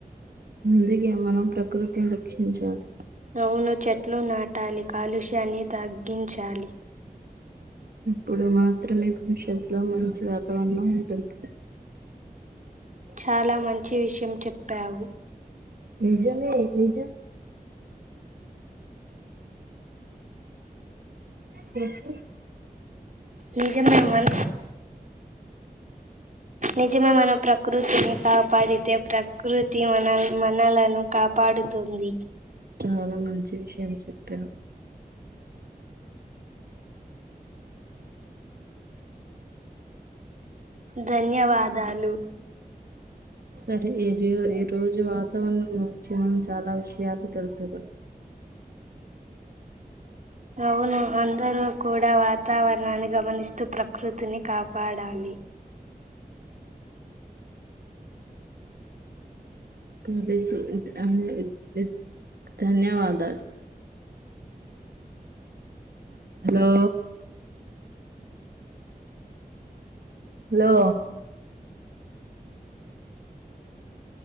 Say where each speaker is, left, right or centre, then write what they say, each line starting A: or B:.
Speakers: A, on the right; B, on the right.
A: ముందుకే మనం ప్రకృతిని రక్షించాలి
B: అవును చెట్లు నాటాలి కాలుష్యాన్ని తగ్గించాలి
A: ఇప్పుడు మాత్రమే భవిష్యత్లో మంచి వాతావరణం ఉంటుంది
B: చాలా మంచి విష్ ఎం చెప్పావు
A: నిజమే నిజం చెప్పు.
B: నిజమే మన నిజమే మన ప్రకృతిని. తప్ పడితే ప్రకృతి మనల్ మనలను కాపాడుతుంది
A: చాలా మంచి విషయం చెప్పావ్
B: ధన్యవాదాలు
A: సరే ఇరొ ఈ రోజు వాతావరణం గురించి మనం చాలా విషయాలు తెలుసుకున్నాం.
B: అవును అందరూ కూడా వాతావరణాన్ని గమనిస్తూ ప్రకృతిని కాపాడాలి
A: తెలుసు <unintelligible> ధన్యవాదాలు హలో హలో